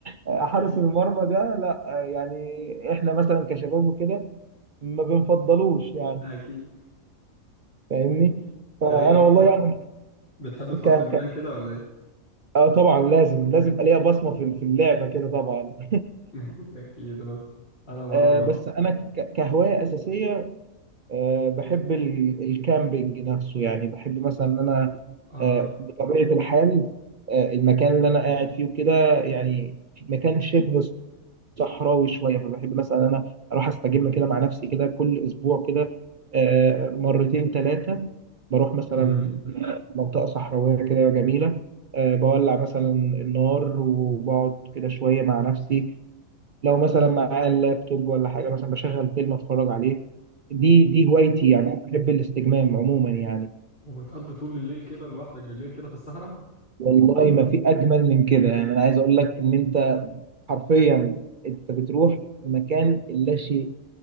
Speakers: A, on the right; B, on the left.
A: حارس
B: اكيد
A: المرمى ده لا آه، يعني احنا مثلا كشباب وكده ما بنفضلوش يعني
B: اكيد
A: فاهمني فانا
B: طب ايه بتحب
A: والله يعني
B: بتحب تحط
A: ك...
B: الجوان
A: ك...
B: كده ولا ايه
A: آه طبعا لازم لازم أبقى ليا بصمه في في اللعبه كده طبعا <laughs>
B: <laughs> اكيد برضه. انا برضه
A: آه بس انا ك- كهوايه اساسيه آه بحب ال- الكامبينج نفسه يعني بحب مثلا ان انا
B: اه
A: آه بطبيعه الحال آه المكان اللي انا قاعد فيه وكده يعني مكان شبه صحراوي شويه فبحب مثلا انا اروح استجم كده مع نفسي كده كل اسبوع كده آه، مرتين ثلاثه بروح مثلا
B: امم
A: منطقه صحراويه كده جميله آه، بولع مثلا النار وبقعد كده شويه مع نفسي لو مثلا معايا اللابتوب ولا حاجه مثلا بشغل فيلم اتفرج عليه دي
B: وبت-
A: دي هوايتي يعني بحب الاستجمام عموما يعني
B: وبتقضي طول الليل كده لوحدك بالليل كده في الصحراء
A: والله ما في اجمل من كده يعني انا عايز اقول لك ان انت حرفيا انت بتروح في مكان لا شيء